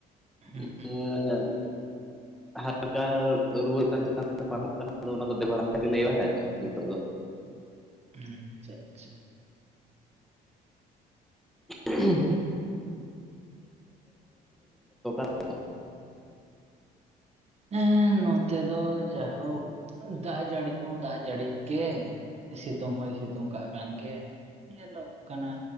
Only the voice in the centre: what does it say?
ᱮ <unintelligible> ᱦᱟᱞᱠᱟ ᱨᱩᱣᱟᱹ ᱪᱟᱱ ᱪᱮᱛᱟᱱ ᱨᱮ ᱵᱟᱝᱟᱢᱚᱜ <inaudible> ᱠᱟᱱᱟ ᱟᱫᱚ ᱚᱱᱟ ᱫᱚ ᱵᱮᱵᱟᱨ ᱜᱮᱮ ᱞᱟᱹᱭ ᱵᱟᱲᱟᱭᱟ ᱟᱨ ᱱᱤᱛᱚᱜ ᱫᱚ
ᱦᱮᱸ <unintelligible> <unintelligible>